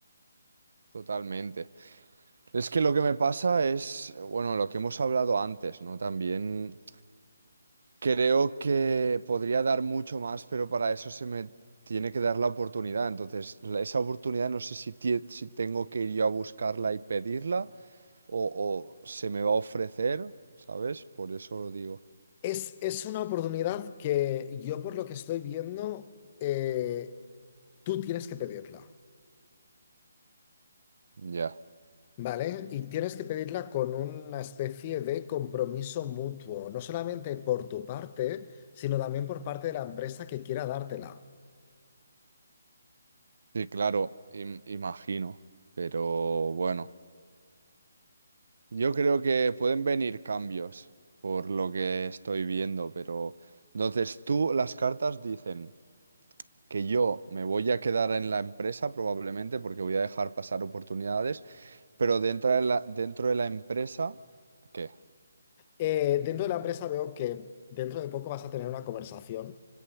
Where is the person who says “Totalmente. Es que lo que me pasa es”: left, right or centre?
Right